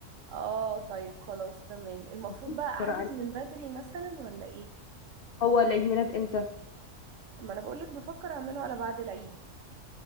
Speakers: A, on the right; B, on the left.
A: اه طيب خلاص تمام المفروض
B: بتنسي
A: بقى
B: بسرعه
A: احجز
B: عليه.
A: من بدري مثلا ولا ايه
B: هو العيد ميلاد امتى
A: ما انا بقولك بفكر اعمله على بعد العيد